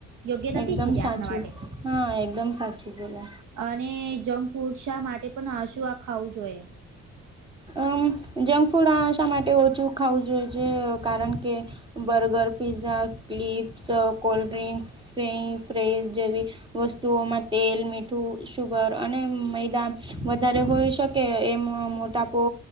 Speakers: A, on the right; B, on the right.
A: યોગ્ય નથી
B: એકદમ
A: છે તે
B: સાચું,
A: આપના માટે
B: હા એકદમ સાચું બોલો.
A: અને જંક ફૂડ શા માટે પણ આ શું આ ખાવું જોઈએ?
B: અમ જંક ફૂડ આ શા માટે ઓછું ખાવું જોઈ છે કારણ કે burger pizza chips cold drink. ફ ફ્રેઝ જેવી, વસ્તુઓમાં તેલ મીઠું શુગર અને મેૈદા વધારે હોય શકે એમ મોટા તો